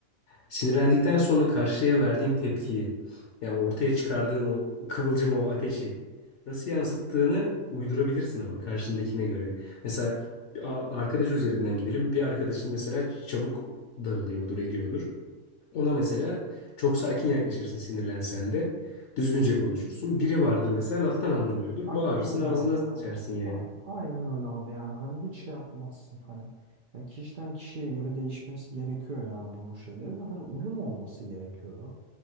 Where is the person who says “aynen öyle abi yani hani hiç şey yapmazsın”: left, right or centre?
Right